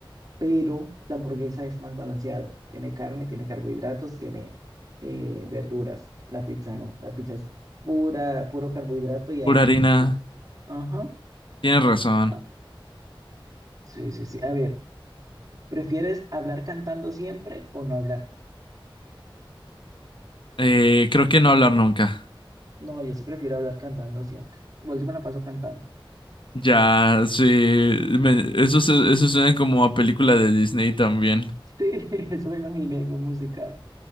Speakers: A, on the right; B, on the left.
A: pero la hamburguesa es más balanceado. Tiene carne, tiene carbohidratos, tiene eh, verduras. La pizza no, la pizza es pura, puro carbohidrato y hay
B: Pura
A: poquitos.
B: harina,
A: Ajá.
B: tienes razón.
A: Ah, sí, sí, sí. A ver, ¿prefieres hablar cantando siempre o no hablar?
B: Eh, creo que no hablar nunca.
A: No, yo sí prefiero hablar cantando siempre. Igual yo me la paso cantando.
B: Ya, sí, me- eso, se-
A: Mm,
B: eso suena como a película de Disney también.
A: Sí, <laughs> eso me imaginé en un musical.